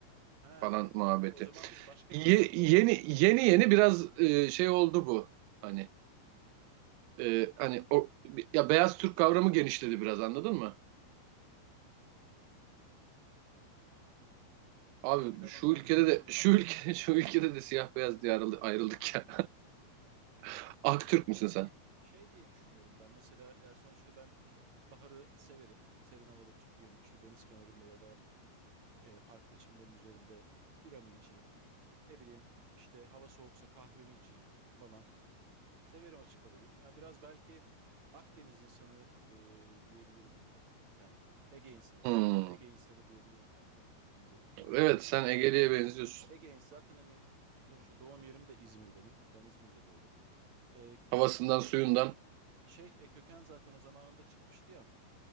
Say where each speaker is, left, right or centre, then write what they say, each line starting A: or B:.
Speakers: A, on the right; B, on the right.
A: He,
B: falan muhabbeti.
A: yok o zaman biz başka
B: Ye-
A: bir isim koyalım.
B: yeni yeni yeni biraz e, şey oldu bu. Hani e, hani o ya beyaz Türk kavramı genişledi biraz anladın mı? Abi
A: Yani ben
B: şu
A: onlardan
B: ülkede
A: değilim.
B: de şu ülke <laughs> şu ülkede de siyah beyaz diye ayrıldı- ayrıldık ya. <laughs> Aktürk
A: Ya şey diye
B: müsün sen?
A: şey diye düşünüyorum ben. Mesela yani sonuçta ben baharı severim. Serin havada çıkayım, işte deniz kenarında ya da e, parkta çimlerin üzerinde biramı içeyim. Ne bileyim işte hava soğuksa kahvemi içeyim falan. Severim açık havayı. Ya biraz belki Akdeniz insanı e, diyebilirim kendime. Ege insanı
B: Hmm.
A: pardon. Ege insanı diyebilirim kendime. Akdeniz'e kaydı
B: Evet
A: aklım.
B: sen Ege'liye benziyorsun.
A: Ege'in zaten hani sonuçta doğum yerim de İzmir benim. Ben İzmir'de doğdum. Ee,
B: Havasından suyundan.
A: şey e, köken zaten o zamanında çıkmıştı ya.